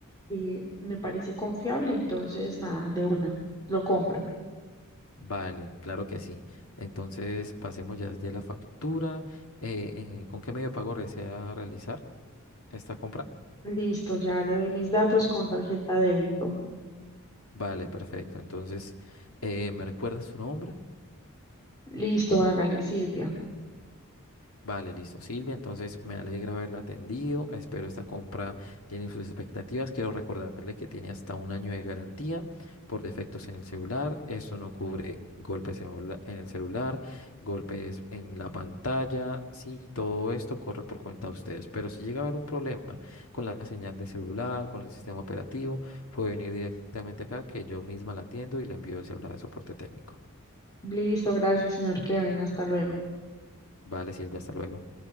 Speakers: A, on the left; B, on the left.
A: eh, me parece confiable, entonces nada, de una, lo compro.
B: Vale, claro que sí. Entonces pasemos ya, ya la factura. Eh, eh, ¿con qué medio de pago desea realizar esta compra?
A: Listo, ya le doy mis datos con tarjeta débito.
B: Vale, perfecto. Entonces, eh, ¿me recuerdas su nombre?
A: Listo, hágale, Silvia.
B: Vale, listo, Silvia. Entonces me alegra haberla atendido. Espero esta compra tiene sus expectativas. Quiero recordarle que tiene hasta un año de garantía por defectos en el celular. Esto no cubre golpes en ola- en el celular, golpes en la pantalla. Sí, todo esto corre por cuenta de ustedes. Pero si llega a haber un problema con la señal de celular, con el sistema operativo, puede venir directamente acá que yo misma la atiendo y le envío el celular al soporte técnico.
A: Listo, gracias, señor Kevin. Hasta luego.
B: Vale, Silvia, hasta luego.